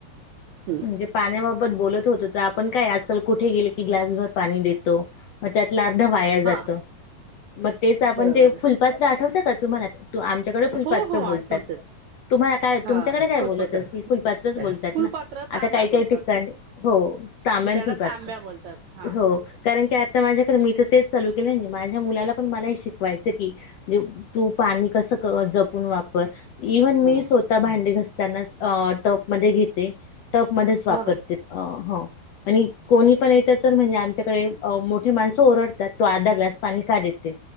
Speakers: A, on the right; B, on the left.
A: हं,
B: म्हणजे पाण्या बोलत होतो त आपण काय कुठे गेले की ग्लासरभर पाणी देतो अर्ध वाया जात
A: हा
B: मग तेच आपण
A: बरोबर
B: ते
A: आहे.
B: फुलपात्र आठवत का तुम्हाला त आमच्याकडे पण
A: हो
B: पात्र
A: हो आठवतेच
B: बोलतात तुम्हाला काय
A: हा
B: तुमच्याकडे काय
A: फुलपात्र
B: बोलत असेल फुलपात्रच बोलतात
A: फुलपात्र
B: ना
A: तांब्या
B: आता काही
A: बोलतात
B: काही ठिकाणी हो तामाण
A: आमच्याकडे
B: फुलपात्र
A: तांब्या बोलतात हा
B: हो कारण की आता माझ्याकडे मी तर तेच चालू केलंय नं माझ्या मुलाला पण मला हे शिकवायचं की म्हजे तू पाणी कसं जपून वापर इव्हन
A: हा
B: मी स्वतः भांडे घसताना टपमध्ये घेते टपमध्येच वापरते
A: बरं
B: हो हं आणि कोणी पण येत तर म्हणजे आमच्याकडे मोठे माणसं ओरडतात तो आधा ग्लास पाणी का देत त